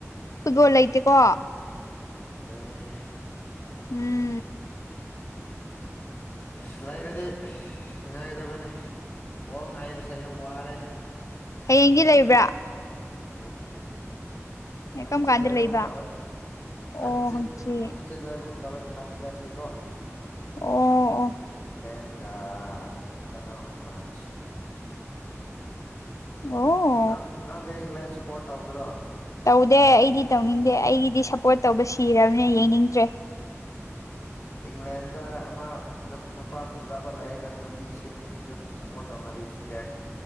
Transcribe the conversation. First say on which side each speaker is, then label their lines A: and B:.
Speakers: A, on the left (about 85°); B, on the left (about 50°).
A: ꯐꯨꯠꯕꯣꯜ ꯂꯩꯇꯦꯀꯣ
B: ꯑꯩꯇꯩ
A: ꯎꯝ
B: ꯑꯁ ꯂꯩꯥꯏꯔꯗꯤ ꯁ ꯉꯥꯏꯒꯗꯕꯅꯦ ꯕꯣꯡ ꯉꯥꯏꯕꯁꯦ ꯌꯥꯝ ꯋꯥꯔꯦꯅꯦ
A: ꯍꯌꯦꯡꯒꯤ ꯂꯩꯕ꯭ꯔꯥ
B: ꯅꯇ ꯍꯌꯦꯡꯁꯨ
A: ꯀꯔꯝ
B: ꯍꯟꯆꯤꯠ
A: ꯀꯥꯟꯗ
B: ꯍꯥꯏꯕꯒꯨꯝ
A: ꯂꯩꯕ
B: ꯇꯧꯋꯦ
A: ꯑꯣ
B: ꯍꯟꯆꯤꯠ
A: ꯍꯪꯆꯤꯠ
B: ꯍꯟꯆꯤꯠ ꯕꯨꯝ ꯇꯧꯋꯦ ꯊꯥꯔꯠ ꯄ꯭ꯂꯦꯁꯀꯤꯀꯣ
A: ꯑꯣ
B: ꯏꯪꯂꯦꯟ ꯏ ꯀꯩꯅꯣ ꯐ꯭ꯔꯥꯟꯁ
A: ꯑꯣ
B: ꯅꯪ ꯅꯪꯗꯤ ꯏꯪꯂꯦꯟ ꯁꯞꯄꯣꯔꯠ ꯇꯧꯗ꯭ꯔꯣ
A: ꯇꯧꯗꯦ ꯑꯩꯗꯤ ꯇꯧꯅꯤꯡꯗꯦ ꯑꯩꯒꯤꯗꯤ ꯁꯞꯄꯣꯔꯠ ꯇꯧꯕ ꯁꯤꯔꯕꯅꯦ ꯌꯦꯡꯅꯤꯡꯗ꯭ꯔꯦ
B: ꯏꯪꯂꯦꯟꯗ ꯑꯃ ꯅꯨꯄꯥ ꯐꯖꯕ ꯂꯩꯔꯅ ꯅꯨꯄꯤꯁꯤꯡ ꯑꯗꯨꯝ ꯄꯣꯠ ꯇꯧꯅꯔꯤꯛꯏꯁꯤꯗ